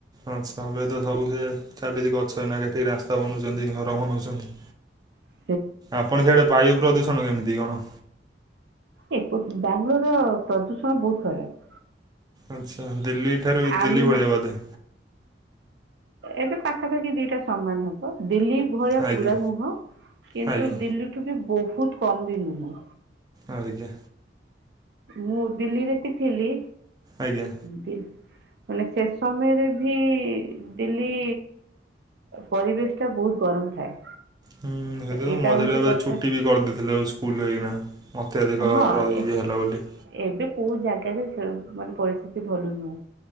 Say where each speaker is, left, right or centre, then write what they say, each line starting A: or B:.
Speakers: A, on the right (about 25°); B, on the right (about 70°).
A: ଆଛା ଏବେ ତ ସବୁ ସେ ଚାଲିଛି ଗଛ ଏଇନା କାଟିକି ରାସ୍ତା ବନଉଛନ୍ତି ଘର ବନଉଛନ୍ତି।
B: ହ
A: ଆପଣ ସେଆଡେ ବାୟୁ ପ୍ରଦୂଷଣ କେମିତି କଣ।
B: ଏ ବାଙ୍ଗାଲୋର ର ପ୍ରଦୂଷଣ ବହୁତ ଖରାପ।
A: ଆଚ୍ଛା ଦିଲ୍ଲୀ ଠାରୁ ବି
B: ଆମେ
A: ଦିଲ୍ଲୀ ଭଳିଆ ବୋଦେ।
B: ଏବେ ପାଖାପାଖି ଦିଟା ସମାନ ହବ ଦିଲ୍ଲୀ ଭଳିଆ
A: ଆଜ୍ଞା
B: ପୁରା ନୁହଁ କିନ୍ତୁ
A: ଆଜ୍ଞା
B: ଦିଲ୍ଲୀଠୁ ବି ବହୁତ କମ ବି ନୁହଁ।
A: ଆଜ୍ଞା।
B: ମୁଁ ଦିଲ୍ଲୀରେ ବି ଥିଲି।
A: ଆଜ୍ଞା।
B: ଦିଲ୍ ମାନେ ସେ ସମୟରେ ବି ଦିଲ୍ଲୀ ପରିବେଶ ଟା ବହୁତ ଗରମ ଥାଏ।
A: ହୁଁ ସେଇତ
B: ଏଇଟା
A: ମଝିରେ
B: ହଉଛି
A: ଏବେ
B: କଥା
A: ଛୁଟି ବି କରିଦେଇଥିଲେ ଆଉ ସ୍କୁଲ ହେଇକିନା। ମୋତେ ଅଧିକ
B: ହଁ
A: ପ୍ରଯୋଜ୍ୟ
B: ଏ
A: ହେଲା ବୋଲି।
B: ଏବେ କୋଉ ଜାଗାରେ ମାନେ ପରିସ୍ଥିତି ଭଲ ନୁହେଁ